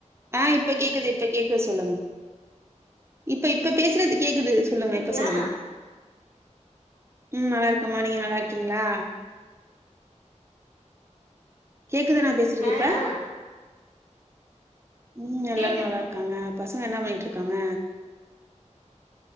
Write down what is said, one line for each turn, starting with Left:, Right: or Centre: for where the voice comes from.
Right: ஆ இப்ப கேக்குது இப்ப கேக்கு சொல்லுங்க இப்ப இப்ப பேசுறது கேக்குது சொல்லுங்க
Left: இருக்கீங்களா
Right: இப்ப சொல்லுங்க ம் நல்லாருக்கமா நீங்க நல்லாருக்கீங்ளா கேக்குதா நா பேசுறது
Left: ஆ
Right: இப்ப
Left: ஆ
Right: ம் எல்லாரூ
Left: கேக்குது
Right: நல்லாருக்காங்க என்ன பண்ணிட்ருக்காங்க